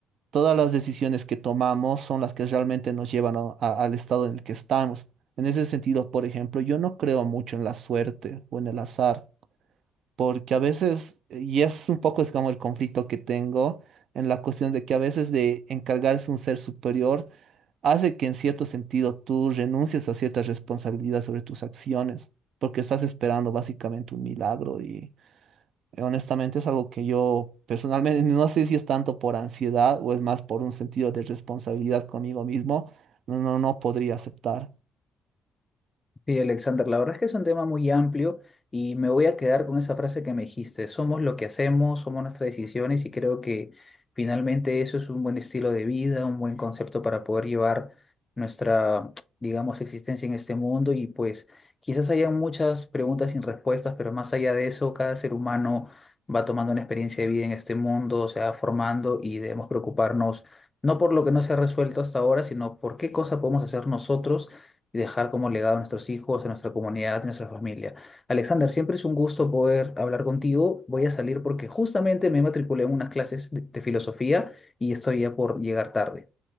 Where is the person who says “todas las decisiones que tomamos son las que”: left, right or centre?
Right